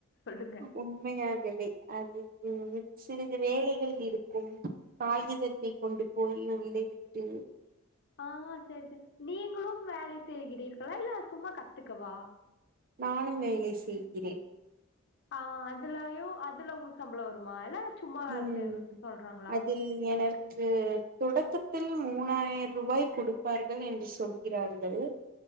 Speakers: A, on the left; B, on the right.
A: சொல்லுங்க.
B: உண்மையாகவே அது உம் சிறிது வேலைகள் இருக்கும் காகிதத்தை கொண்டு போய் உள்ளே விட்டு
A: ஆஹ் சரி சரி நீங்களும் வேலை செய்கிறீ இரு லையில சும்மா கத்துக்கவா
B: நானும் வேலை செய்கிறேன்
A: ஆஹ் அதுலயும் அதுல உங்களுக்கு சம்பளம் வருமா ஏன சும்மாது
B: ம்
A: ச சொல்றாங்களா
B: அதில் எனக்கு தொடக்கத்தில் மூணாயிரம் ரூபாய் கொடுப்பார்கள் என்று சொல்கிறார்கள்